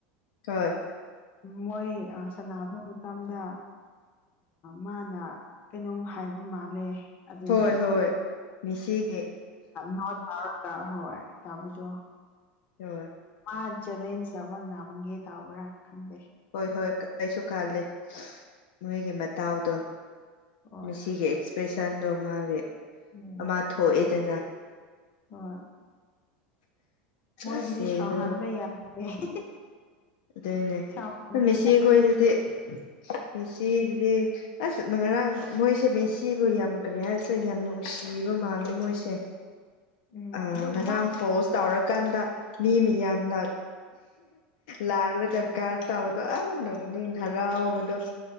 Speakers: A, on the left (about 70°); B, on the left (about 40°).
A: ꯍꯣꯏ
B: ꯃꯣꯏ ꯁꯥ ꯅꯕ ꯃꯇꯝꯗ ꯃꯥꯅ ꯀꯩꯅꯣꯝ ꯍꯥꯏꯕ ꯃꯥꯜꯂꯦ ꯑꯗꯨꯒꯤ
A: ꯍꯣꯏ ꯍꯣꯏ ꯃꯤꯁꯤ
B: ꯅꯣꯠ ꯇꯥꯔꯒ ꯍꯣꯏ ꯇꯥꯕꯗꯣ
A: ꯍꯣꯏ
B: ꯃꯥ ꯆꯦꯂꯦꯟꯖ ꯑꯃ ꯉꯝꯒꯦ ꯇꯧꯕ꯭ꯔꯥ ꯈꯪꯗꯦ
A: ꯍꯣꯏ ꯍꯣꯏ ꯑꯩꯁꯨ ꯈꯜꯂꯦ ꯃꯣꯏꯒꯤ ꯃꯇꯥꯎꯗꯣ
B: ꯍꯣꯏ
A: ꯃꯤꯁꯤꯒꯤ ꯑꯦꯛꯁꯄ꯭ꯔꯦꯁꯟꯗꯣ ꯃꯥꯒꯤ
B: ꯎꯝ
A: ꯑꯃꯥ ꯊꯣꯛꯑꯦꯗꯅ
B: ꯍꯣꯏ ꯃꯣꯏꯗꯨꯗꯤ
A: ꯑꯁ ꯌꯦꯡꯕ
B: ꯁꯥꯎꯍꯟꯕ ꯌꯥꯗꯦ <unintelligible>
A: ꯑꯗꯨꯅꯦ
B: ꯁꯥꯎꯍꯟꯕ
A: ꯃꯦꯁꯤꯈꯣꯏꯗꯨꯗꯤ
B: ꯌꯥ
A: ꯃꯦꯁꯤꯗꯨꯗꯤ ꯑꯁ ꯉꯔꯥꯡ ꯃꯣꯏꯁꯦ ꯃꯦꯁꯤꯕꯨ ꯌꯥꯝ ꯀꯔꯤ ꯍꯥꯏꯁꯤꯔ ꯌꯥꯝ ꯅꯨꯡꯁꯤꯕ ꯃꯥꯜꯂꯦ ꯃꯣꯏꯁꯦ
B: ꯎꯝ
A: ꯑ
B: ꯑꯗꯨꯝ
A: ꯉꯔꯥꯡ
B: ꯃꯥ
A: ꯄꯣꯁ ꯇꯧꯔꯀꯥꯟꯗ ꯃꯤ ꯃꯤꯌꯥꯝꯅ ꯂꯥꯛꯔꯒ
B: ꯑꯗꯨꯅꯦ
A: ꯒꯥꯔꯠ ꯇꯧ ꯑ ꯅꯣꯛꯅꯤꯡ ꯍꯔꯥꯎꯕꯗꯣ